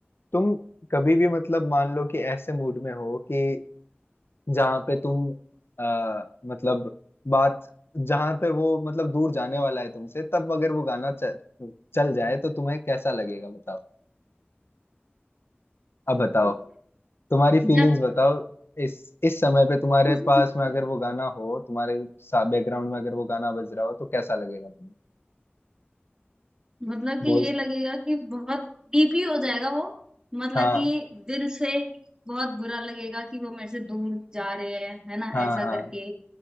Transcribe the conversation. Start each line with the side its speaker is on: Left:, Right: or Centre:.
Left: तुम कभी भी मतलब मान लो कि ऐसे मूड में हो कि जहाँ पे तुम आ, मतलब बात जहाँ पे वो मतलब दूर जाने वाला है तुमसे तब अगर वो गाना चल, चल जाए तो तुम्हें कैसा लगेगा बताओ अब बताओ
Right: और
Left: तुम्हारी फीलिंग्स
Right: जब
Left: बताओ इस इस समय पे तुम्हारे
Right: <laughs>
Left: पास में अगर वो गाना हो तुम्हारे बैकग्राउंड में अगर वो गाना बज रहा हो तो कैसा लगेगा तुम्हें
Right: मतलब कि
Left: बोल
Right: ये लगेगा कि बहुत डीपली हो जाएगा वो मतलब
Left: हाँ
Right: कि दिल से बहुत बुरा लगेगा कि वो मेरे से दूर जा रहे हैं है ना
Left: हाँ
Right: ऐसा
Left: हाँ
Right: करके